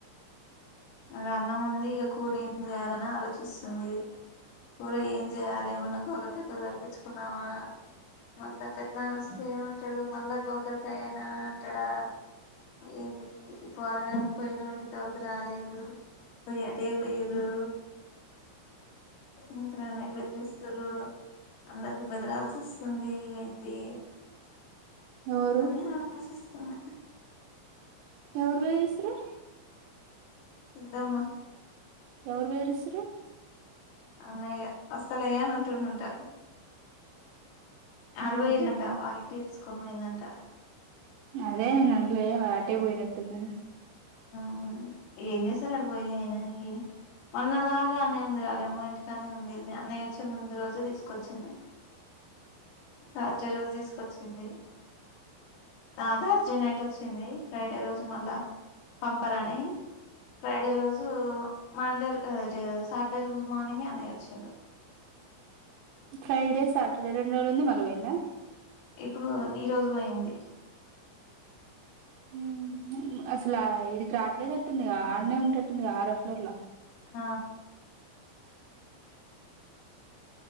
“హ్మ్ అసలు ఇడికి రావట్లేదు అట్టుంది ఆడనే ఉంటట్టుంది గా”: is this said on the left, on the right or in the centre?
Right